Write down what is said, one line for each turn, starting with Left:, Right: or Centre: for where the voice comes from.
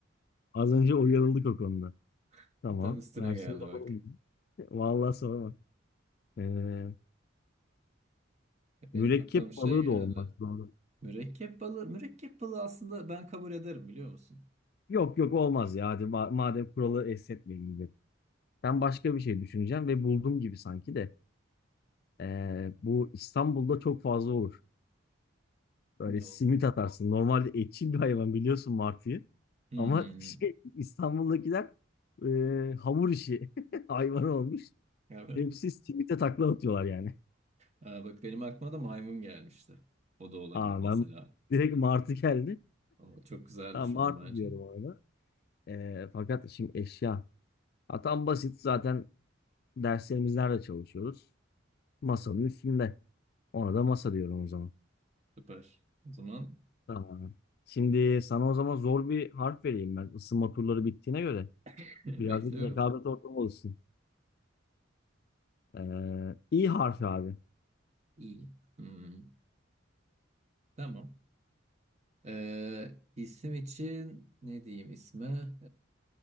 Left: Az önce uyarıldık o konuda.
Right: <laughs>
Left: Tamam.
Right: Tam üstüne
Left: Mersin
Right: geldi
Left: balığı
Right: bak.
Left: olmuyordu. <laughs> Vallahi sorma. Ee,
Right: Benim
Left: mürekkep
Right: aklıma bir şey
Left: balığı
Right: geldi.
Left: da olmaz. Doğru.
Right: Mürekkep balığı. Mürekkep balığı aslında ben kabul ederim biliyor musun?
Left: Yok yok olmaz ya. Hadi ma- madem kuralı esnetmeyelim dedim. Ben başka bir şey düşüneceğim ve buldum gibi sanki de. Ee, bu İstanbul'da çok fazla olur. Böyle
Right: Ne
Left: simit
Right: olur?
Left: atarsın. Normalde etçil bir hayvan biliyorsun martıyı.
Right: Hmm.
Left: Ama şey, İstanbul'dakiler e, hamur işi <laughs> hayvan olmuş.
Right: Evet.
Left: Hepsi simite takla atıyorlar yani.
Right: Aa, bak benim aklıma da maymun gelmişti. O da olabilir
Left: Aa
Right: mesela.
Left: ben direkt Martı geldi.
Right: O, çok güzel
Left: Tamam
Right: düşündüm
Left: Martı
Right: bence.
Left: diyorum orada. Ee, fakat şimdi eşya. Atam basit zaten derslerimiz nerede çalışıyoruz? Masanın üstünde. Ona da masa diyorum o zaman.
Right: Süper. O zaman
Left: Tamam. Şimdi sana o zaman zor bir harf vereyim ben. Isınma turları bittiğine göre.
Right: <laughs> bekliyorum.
Left: Birazcık rekabet ortamı olsun. Ee, İ harfi abi.
Right: İyi. Hmm. Tamam. Ee, isim için ne diyeyim isme?